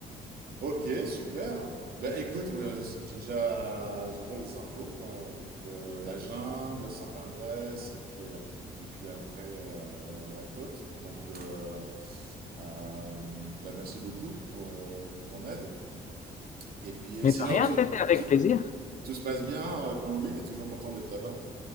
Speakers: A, on the right; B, on the left.
A: Ok, super. Bah, écoute, moi, j'ai déjà, j'ai déjà les infos, quoi. Donc, euh, la jungle, Saint-Andrés, et puis, euh, et puis après, euh, la côte. Donc, euh, euh, bah, merci beaucoup pour, pour ton aide. Et puis, et
B: Mais
A: sinon,
B: de rien,
A: tout,
B: c'était avec
A: tout,
B: plaisir.
A: tout se passe bien à Colombie, t'es toujours content d'être là-bas?